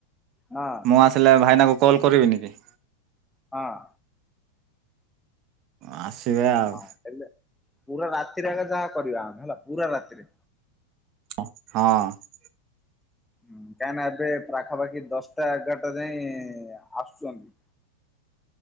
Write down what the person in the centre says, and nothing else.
ହଁ।
ହଁ।
ହଁ ହେଲେ ପୁରା ରାତିରେ ଆକା ଯାହା କରିବା ଆମେ ହେଲା ପୁରା ରାତିରେ।
ହୁଁ କାଇଁନା ଏବେ ପାଖାପାଖି ଦଶଟା ଏଗାରଟା ଯାଇଁ ଆସୁଚନ୍ତି।